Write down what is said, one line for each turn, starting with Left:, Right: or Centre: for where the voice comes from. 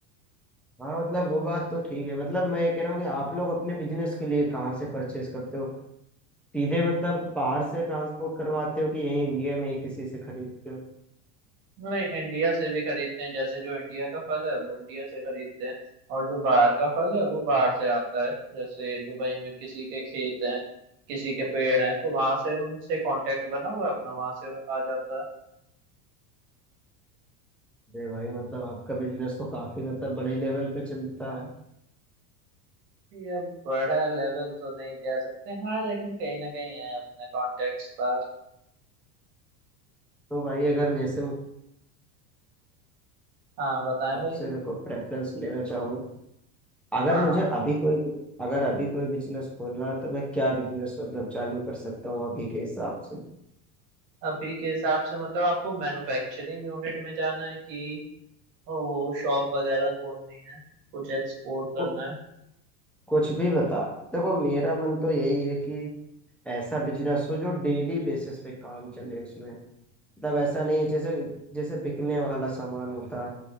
Centre: हाँ मतलब वो बात तो ठीक है मतलब मैं ये कह रहा हूँ कि आप लोग अपने बिजनेस के लिए कहाँ से परचेज करते हो सीधे मतलब बाहर से ट्रांसपोर्ट करवाते हो कि यहीं इंडिया में ही किसी से खरीदते हो
Right: नहीं इंडिया से भी खरीदते हैं जैसे जो इंडिया का फल है वो इंडिया से खरीदते हैं और जो बाहर का फल है वो बाहर से आता है जैसे दुबई में किसी के खेत हैं किसी के पेड़ हैं तो वहां से उनसे कांटेक्ट बना हुआ है अपना वहां से आ जाता है
Centre: अरे भाई मतलब आपका बिजनेस तो काफी मतलब बड़े लेवल पे चलता है
Right: ये बड़ा लेवल तो नहीं कह सकते हाँ लेकिन कहीं ना कहीं है अपने कॉन्टेक्ट्स पर
Centre: तो भाई अगर जैसे मैं
Right: हाँ बताएं
Centre: आपसे
Right: भाई
Centre: देखो प्रेफरेंस लेना चाहूँ अगर
Right: हाँ
Centre: मुझे अभी कोई अगर अभी कोई बिजनेस खोलना है तो मैं क्या बिजनेस मतलब चालू कर सकता हूँ अभी के हिसाब से
Right: अभी के हिसाब से मतलब आपको मैन्युफैक्चरिंग यूनिट में जाना है कि वो शॉप वगैरह खोलनी है कुछ एक्सपोर्ट करना
Centre: कु-
Right: है
Centre: कुछ भी बता देखो मेरा मन तो यही है कि ऐसा बिजनेस हो जो डेली बेसिस पे काम चले उसमें मतलब ऐसा नहीं है जैसे जैसे बिकने वाला सामान होता है